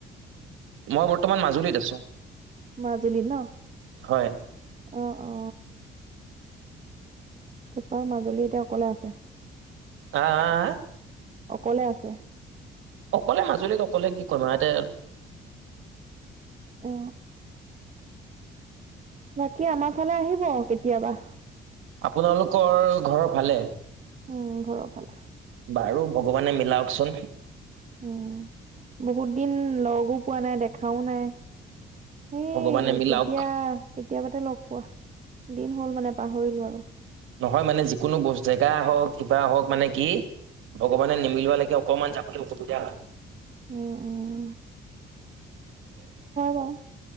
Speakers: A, on the right; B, on the right.
A: মই বৰ্তমান
B: উম,
A: মাজুলীত আছো
B: মাজুলী ন?
A: হয়
B: অ, অ, তপা মাজুলী এতিয়া অকলে আছে।
A: হা হা হা
B: অকলে আছে
A: অকলে মাজুলীক অকলে কি কম ইয়াতে
B: অ বাকী আমাৰ ফালে আহিব কেতিয়াবা
A: আপোনালোকৰ ঘৰৰ ভালে
B: উম ঘৰৰ ফালে
A: বাৰু ভগৱানে মিলাওক চোন
B: উ বহুত দিন লগো পোৱা নাই দেখাও নাই সেই
A: ভগৱানে মিলাওক
B: কেতিয়া কেতিয়াবাতে লগ পোৱা দিন হ'ল মানে পাহৰিলো আৰু
A: নহয় মানে যিকোনো বস্তু জেগা হওক কিবা হওক মানে কি ভগৱানে নিমিলোৱা লৈকে অকণমান যাব অসুবিধা
B: ওম ওম বাৰু